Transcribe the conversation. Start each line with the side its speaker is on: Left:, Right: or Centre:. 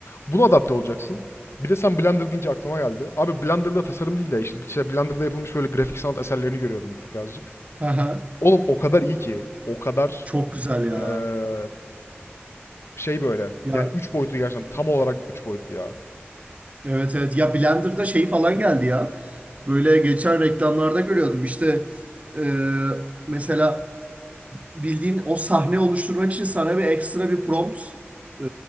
Left: Buna adapte olacaksın. Bir de sen Blender deyince aklıma geldi. Abi Blender'da tasarım değil de işte işte Blender'da yapılmış böyle grafik sanat eserlerini görüyordum birazcık.
Right: aha.
Left: Oğlum o kadar iyi ki. O kadar
Right: Çok güzel ya.
Left: eee, şey böyle.
Right: Ya
Left: Yani 3 boyutlu gerçekten. Tam olarak 3 boyutlu ya.
Right: evet evet. Ya Blender'da şey falan geldi ya. Böyle geçen reklamlarda görüyordum. İşte e, mesela bildiğin o sahne oluşturmak için sana bir ekstra bir prompt e,